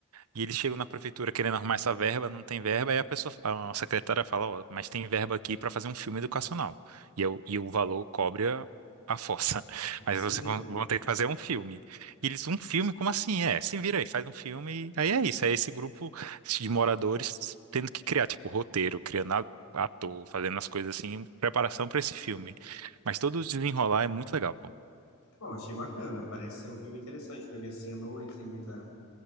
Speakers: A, on the right; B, on the left.
A: E eles chegam na prefeitura querendo arrumar essa verba, não tem verba, e a pessoa, a secretária fala, ó, mas tem verba aqui para fazer um filme educacional. E, é o e o valor cobre a, a força. <laughs>
B: <laughs>
A: Mas vocês vão, vão ter que fazer um filme. E eles, um filme? Como assim? É, se vira aí, faz um filme. e Aí é isso, é esse grupo de moradores tendo que criar, tipo, roteiro, criando a- ator, fazendo as coisas assim, em preparação para esse filme. Mas todo o desenrolar é muito legal, pô.
B: Bom, achei bacana, parece ser um filme interessante para ver assim à noite, sem muita